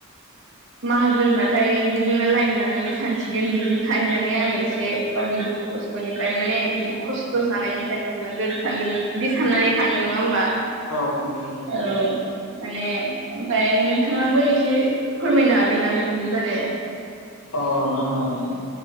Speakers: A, on the right; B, on the left.
A: माहाजोनबाथाय बिजोंनो लाइन लानानै सानसिगोन बिजों थाहैनानै आङो एसे गावनि दुखु खस्थ'निफ्राय माने बिदि खस्थ' जानायनिफ्राय खारलांगोन सानदों बिदि साननानै थाङो नङा होमबा?
B: औ <unintelligible>
A: औ माने ओमफाय नोंथाङाबो एसे फोरमायनो हागोन ना बेफोरनि बारे?
B: अ नोंथां हागोन